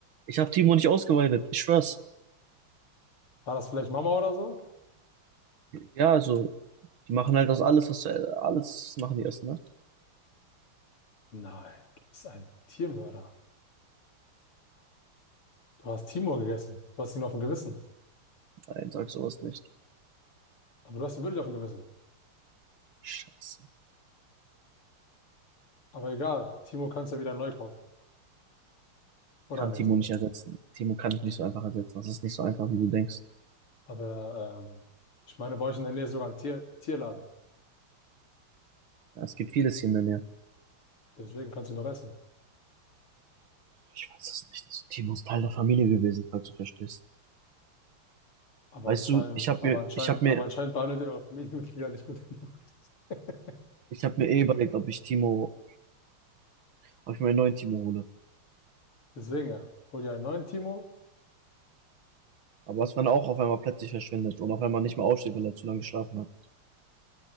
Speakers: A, on the right (about 70°); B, on the left (about 80°).
A: ich habe Timo nicht ausgeweidet. Ich schwör's.
B: War das vielleicht Mama oder so?
A: Ja, also, die machen halt aus alles, was du, alles machen die Essen, ne?
B: Nein, du bist ein Tiermörder. Du hast Timo gegessen. Du hast ihn auf dem Gewissen.
A: Nein, sag sowas nicht.
B: Aber du hast ihn wirklich auf dem Gewissen.
A: Scheiße.
B: Aber egal, Timo kannst du ja wieder neu kaufen. Oder
A: Kann
B: nicht?
A: Timo nicht ersetzen. Timo kann ich nicht so einfach ersetzen. Das ist nicht so einfach, wie du denkst.
B: Aber ähm, ich meine, bei euch in der Nähe ist sogar ein Tier Tierladen.
A: Ja, es gibt vieles hier in der Nähe.
B: Deswegen kann sie noch essen.
A: Ich weiß es nicht. Also, Timo ist Teil der Familie gewesen, falls du verstehst.
B: Aber
A: Weißt
B: anscheinend,
A: du, ich habe
B: aber
A: mir,
B: anscheinend,
A: ich habe
B: aber
A: mir,
B: anscheinend behandelt ihr eure Familienmitglieder nicht gut genug. <laughs>
A: ich habe mir eh überlegt, ob ich Timo, ob ich mir einen neuen Timo hole.
B: Deswegen ja, hol dir einen neuen Timo,
A: Aber was, wenn er auch auf einmal plötzlich verschwindet und auf einmal nicht mehr aufsteht, weil er zu lange geschlafen hat?